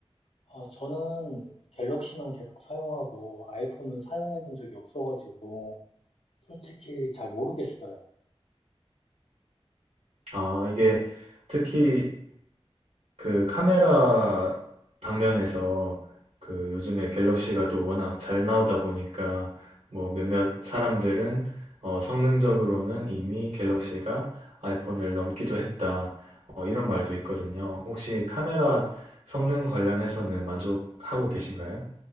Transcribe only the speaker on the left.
어, 저는 갤럭시만 계속 사용하고 아이폰은 사용해 본 적이 없어가지고 솔직히 잘 모르겠어요.
근데,